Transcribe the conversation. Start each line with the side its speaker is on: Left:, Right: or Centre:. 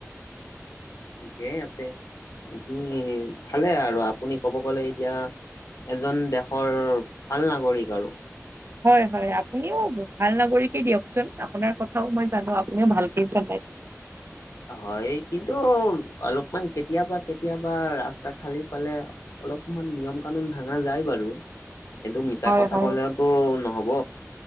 Left: ঠিকেই আছে, আপনি ভালে আৰু আপুনি কব গ'লে এতিয়া এজন দেশৰ ভাল নাগৰিক আৰু।
Right: হয় হয় আপুনিও ভাল নাগৰিকে দিয়কচোন, আপোনাৰ কথাও মই জানো। তুমি ভালকে চালাই।
Left: হয়। কিন্তু অলপমান কেতিয়াবা কেতিয়াবা ৰাস্তা খালি পালে অলপমান নিয়ম কানুন ভাঙা যায় বাৰু কিন্তু মিছা
Right: হয়
Left: কথা
Right: হয়
Left: কলেওতো নহব।